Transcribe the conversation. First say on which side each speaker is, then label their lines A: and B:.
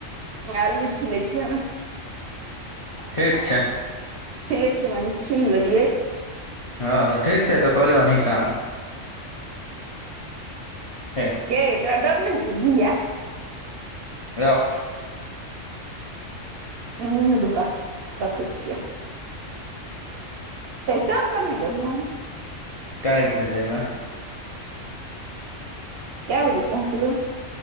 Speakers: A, on the right (about 60°); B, on the left (about 40°).
A: आ अल्लू छिलै छी हम
B: ठीक छै
A: छिलै छै माने छिल लेलियै
B: हँ-हँ ठीक छै तऽ कले ओनहि काम हे
A: गै तोरा डर नेै होय छौ जिया
B: रख
A: हू रुका रखै छियै। तऽ आय काम पर नहि गेलहौं।
B: काल्सँ जेबै।
A: कएऽ बजे पहुँचलो